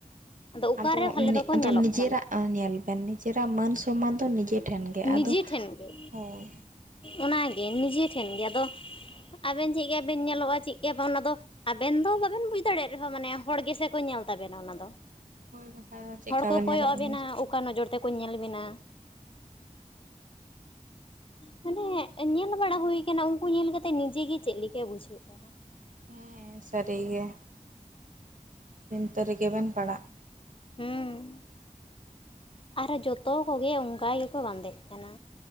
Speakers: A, on the left; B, on the right.
A: ᱚᱠᱟᱨᱮ
B: ᱟᱫᱚ
A: ᱵᱷᱟᱞᱮ ᱫᱚᱠᱚ
B: ᱟᱫᱚ
A: ᱧᱮᱞᱚᱜ
B: ᱱᱤᱡᱮᱨᱟᱜ
A: ᱠᱟᱱᱟ
B: ᱧᱮᱞ ᱵᱮᱱ ᱱᱤᱡᱮᱨᱟᱜ ᱢᱟᱹᱱ ᱥᱚᱢᱟᱱ ᱫᱚ ᱱᱤᱡᱮ ᱴᱷᱮᱱ ᱜᱮ
A: ᱱᱤᱡᱮ
B: ᱟᱫᱚ
A: ᱴᱷᱮᱱ ᱜᱮ
B: ᱦᱳᱭ
A: ᱚᱱᱟᱜᱮ ᱱᱤᱡᱮ ᱴᱷᱮᱱ ᱜᱮ ᱟᱫᱚ ᱟᱵᱮᱱ ᱪᱮᱫ ᱠᱟ ᱵᱮᱱ ᱧᱮᱞᱚᱜᱼᱟ ᱪᱮᱫ ᱠᱟ ᱵᱟᱝ ᱟᱫᱚ ᱟᱵᱮᱱ ᱫᱚ ᱵᱟᱵᱮᱱ ᱵᱩᱡᱽ ᱫᱟᱲᱮᱭᱟᱜ ᱨᱮᱦᱚᱸ ᱢᱟᱱᱮ ᱦᱚᱲ ᱜᱮᱥᱮ ᱠᱚ ᱧᱮᱞ ᱛᱟᱵᱮᱱᱟ ᱚᱱᱟ ᱫᱚ
B: ᱦᱳᱭ ᱵᱟᱠᱷᱟᱡ ᱫᱚ ᱪᱮᱫᱠᱟ
A: ᱦᱚᱲ ᱠᱚ
B: ᱵᱮᱱ
A: ᱠᱚᱭᱚᱜ
B: ᱧᱮᱞᱚᱜ ᱠᱟᱱᱟ
A: ᱟᱵᱤᱱᱟ
B: ᱪᱮᱫ
A: ᱚᱠᱟ ᱱᱚᱡᱚᱨ ᱛᱮᱠᱚ ᱧᱮᱞ ᱵᱤᱱᱟ ᱢᱟᱱᱮ ᱧᱮᱞ ᱵᱟᱲᱟ ᱦᱩᱭ ᱠᱟᱱᱟ ᱩᱱᱠᱩ ᱧᱮᱞ ᱠᱟᱛᱮᱜ ᱱᱤᱡᱮ ᱜᱮ ᱪᱮᱜ ᱞᱮᱠᱟ ᱵᱩᱡᱷᱟᱹᱜᱼᱟ
B: ᱦᱮᱸ ᱥᱟᱹᱨᱤ ᱜᱮ ᱪᱤᱱᱛᱟᱹ ᱨᱮᱜᱮ ᱵᱮᱱ ᱯᱟᱲᱟᱜᱼᱟ
A: ᱦᱩᱸ ᱟᱨᱚ ᱡᱚᱛᱚ ᱠᱚᱜᱮ ᱚᱝᱠᱟ ᱜᱮᱠᱚ ᱵᱟᱸᱫᱮᱜ ᱠᱟᱱᱟ